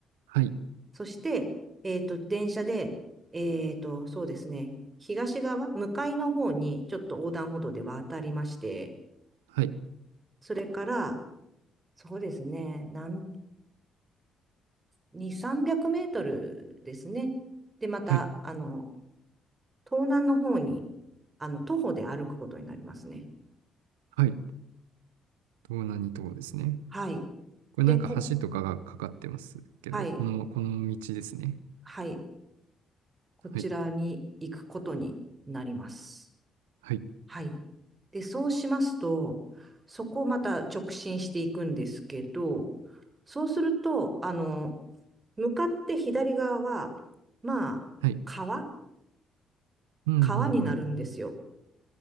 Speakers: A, on the right (about 85°); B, on the right (about 30°).
A: はい、
B: そして、えっと、電車で、えっと、そうですね、東側、向かいの方に、ちょっと横断歩道で渡りまして、
A: はい、
B: それから、そうですね、なん、2、300メートルですね。で、また、
A: はい、
B: あの、東南の方に、あの、徒歩で歩くことになりますね。
A: はい。東南に島ですね。
B: はい。
A: これなんか橋とかがかかってますけど、
B: で、こ、はい、
A: この、この道ですね。
B: はい。こちらに行くことになります。
A: はい。はい。
B: はい。で、そうしますと、そこをまた直進していくんですけど、そうすると、あの、向かって左側は、まあ、
A: はい。
B: 川
A: うんうんうんうん。
B: 川になるんですよ。